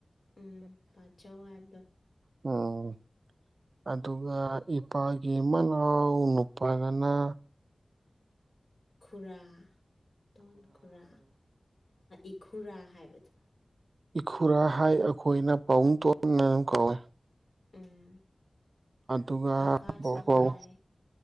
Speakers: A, on the left; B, on the right.
A: ꯎꯝ ꯕꯥꯆꯧ ꯍꯥꯏꯕꯗꯣ
B: ꯎꯝ ꯑꯗꯨꯒ ꯏꯄꯥꯒꯤ ꯃꯅꯥꯎ ꯅꯨꯄꯥꯗꯅ
A: ꯈꯨꯔꯥ ꯇꯣꯟ ꯈꯨꯔꯥ ꯏꯈꯨꯔꯥ ꯍꯥꯏꯕꯗꯣ
B: ꯏꯈꯨꯔꯥ ꯍꯥꯏ ꯑꯩꯈꯣꯏꯅ ꯄꯥꯕꯨꯡ ꯇꯣꯟꯅ ꯀꯧꯋꯦ
A: ꯎꯝ
B: ꯑꯗꯨꯒ
A: ꯀꯀꯥꯁꯨ
B: ꯄꯧ ꯄꯧ
A: ꯍꯥꯏ